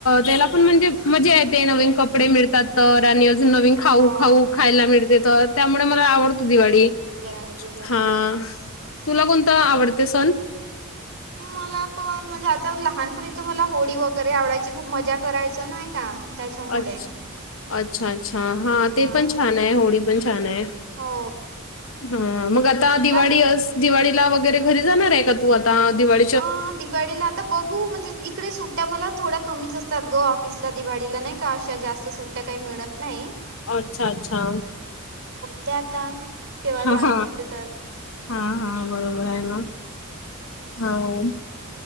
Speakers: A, on the left (about 65°); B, on the right (about 70°).
A: त्याला पण म्हणजे मजा येते नवीन कपडे मिळत त -तर आणि अजून नवीन खाऊ
B: हो
A: खाऊ खायला मिळते तर त्यामुळे मला आवडतो दिवाळी.
B: नाय तुझा
A: हा
B: <unintelligible>
A: तुला कोणता आवडत सण?
B: मला पण, म्हणजे आता लहानपणी त मला होळी वगैरे आवडायची खूप मजा करायचं नाही का? त्याच्यामुळे
A: अच, अच्छा, अच्छा हा
B: हां
A: ते पण छान आहे होळी पण छान आहे.
B: हो
A: हा, मग आता
B: तुला?
A: दिवाळी अस दिवाळीला वगैरे घरी जाणार आहे का तू आता? त दिवाळी
B: अ -दिवाळीला आता बघू म्हणजे इकडे सुट त मला थोड्या कमीच असतात ग ऑफिसला दिवाळीला नाही का अशा जास्त सुट्ट्या काही मिळत नाही.
A: अच्छा अच्छा.
B: ते आता केव्हा जाणं
A: ह -ह
B: होते तर
A: -हा हा बरोबर आहे ना. हा -ओ